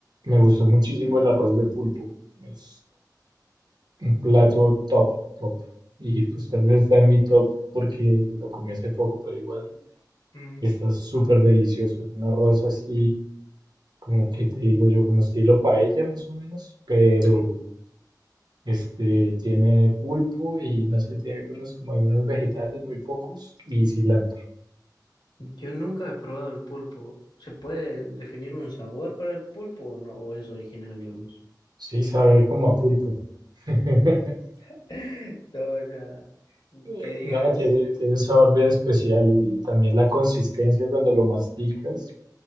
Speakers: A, on the right; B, on the left.
A: me gustó muchísimo el arroz de pulpo, es un plato top, top. Y pues tal vez está en mi top porque lo comí hace poco, pero igual
B: Mm,
A: Está súper delicioso. Es un arroz así, como que te digo yo, como estilo paella más o menos, pero
B: ok.
A: este tiene pulpo y no sé, tiene algunos como algunos vegetales, muy pocos, y cilantro.
B: Yo nunca he probado el pulpo. ¿Se puede definir un sabor para el pulpo o no? ¿O es original, digamos?
A: Sí, sabe como a pulpo. <laughs>
B: <laughs> Todo, o sea,
A: Eh,
B: que digas,
A: No, tiene, tiene un sabor bien especial y también la consistencia cuando lo masticas